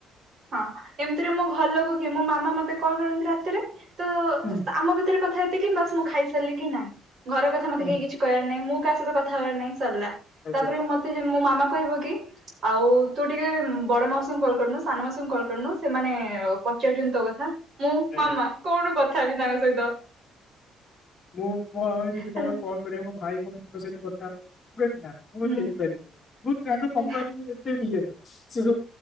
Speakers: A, on the right; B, on the left.
A: ହଁ। ଏମିତିରେ ମୋ ଘର ଲୋକ କି ମୋ ମାମା ମତେ କଲ୍ କରନ୍ତି ରାତିରେ ତ
B: ହୁଁ
A: ଆମ ଭିତରେ କଥା ଏତିକି କିମ୍ବା ମୁଁ ଖାଇସାରିଲି କି ନାଇଁ ଘର କଥା ମତେ
B: ହୁଁ
A: କେହି କିଛି କହିବାର ନାହିଁ ମୁଁ କାହା ସହିତ କଥାହବାର ନାହିଁ। ସିଲା
B: ଆଚ୍ଛା
A: ତାପରେ
B: ଆଚ୍ଛା।
A: ମତେ ମୋ ମାମା କହିବ କି ଆଉ ତୁ ଟିକେ ବଡ ମାଉସୀ କଲ କରିନୁ ସାନ ମାଉସୀଙ୍କୁ କଲ କରିନୁ ସେମାନେ ପଚାରୁଛନ୍ତି ତୋ କଥା। ମୁଁ
B: ଆଜ୍ଞା
A: ମାମା କଣ କଥା ହେବି ତାଙ୍କ ସହିତ?
B: ମୁଁ ମୋ ଆମ ପାଇଁମିତି
A: ହେଲା
B: କହ କଲ୍ କରିବା ମୋ ଭାଇ କଉଣଙ୍କ ସହିତ କଥା ହବ ନା ମୁଁ
A: ହୁଁ।
B: ହେଇପାରିବିନି ମୁଁ ତାଙ୍କ
A: ହୁଁ
B: କମ୍ପାନୀ ଏତେ ଇଏନ ସେ ସବୁ